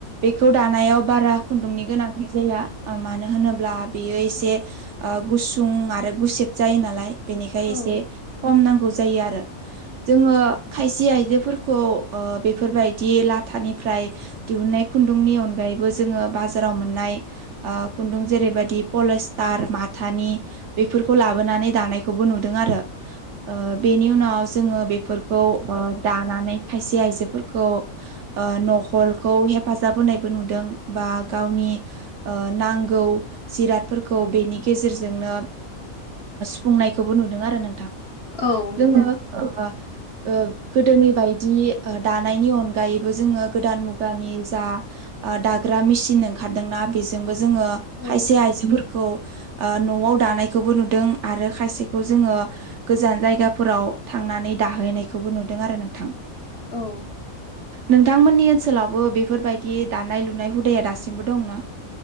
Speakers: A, on the right; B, on the left.
A: बेखौ दानायाव बारा खुन्दुंनि गोनांथि जाया मानो होनोब्ला बेयो एसे ओ गुसुं आरो गुसेब जायो नालाय बेनिखाय एसे
B: औ
A: खम नांगौ जायो आरो जोङो खायसे आयजोफोरखौ ओ बेफोरबायदि लाथानिफ्राय दिहुननाय खुन्दुंनि अनगायैबो जोङो बाजाराव मोननाय ओ खुन्दुं जेरैबायदिार माथानि बेफोरखौ लाबोनानै दानाय <unintelligible> ओ नुदों आरो ओ बेनि उनाव जोंङो बेफोरखौ ओ दानानै खायसेया आजोफोरखौ न'खरखौ ओ हेफाजाब होनायबो नुदों बा गावनि ओ नांगौ जिरादफोरखौ बेनि गेजेरजोंनो बुंनायखौबो नुदों आरो नोंथां
B: औ नुदों
A: जोङो ओ ओ गोदोनि बायदि ओ दानायनि अनगायैबो जोङो गोदान मुगानि जा ओ दाग्रा मेसिन ओंखारदोंना बेजोंबो जोङो
B: औ
A: खायसे आयजोफोरखौ ओ न'आव दानायखौबो नुदों। आरो खायसेखौ जोङो गोजान जायगाफोराव थांनानै दाहोननायखौबो नुदों आरो नोंथां।
B: औ
A: नोंथांमोननि ओनसोलावबो बेफोरबायदि दानाय लुनाय हुदाया दासिमबो दंना?